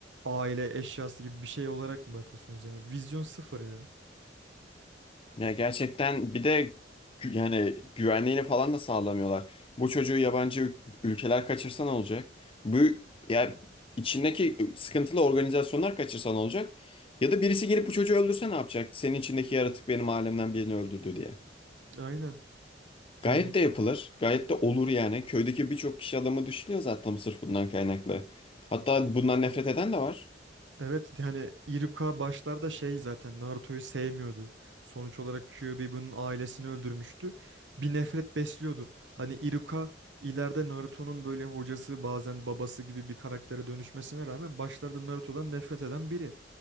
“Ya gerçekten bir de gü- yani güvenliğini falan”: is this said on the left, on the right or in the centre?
Left